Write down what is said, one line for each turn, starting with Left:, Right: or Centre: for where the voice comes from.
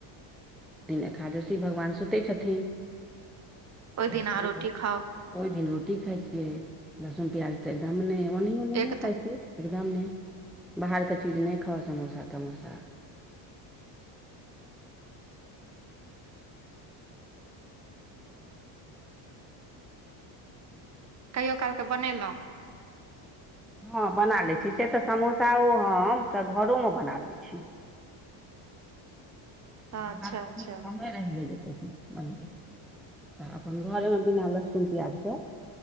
Centre: एकादशी भगवान सुतै छथिन तऽ
Right: दिन अहाँ
Centre: ओहि
Right: रोटी खाउ
Centre: ओहि दिन रोटी खाय छियै लहसुन प्याज तऽ एकदम नहि ओ।
Right: एक तऽ
Centre: <unintelligible> बाहर के चीज नहि खाउ समोसा तमोसा
Right: कहियो कालके बनेलहुँ
Centre: हँ बना लैत छी से तऽ समोसाओ हम तऽ घरोमे बना लैत छी
Right: हँ,
Centre: बाहर
Right: अच्छा अच्छा
Centre: ती कमे रहि जे ची मन्दिर तऽ अपन घरेमे बिना लहसुन पिआाजके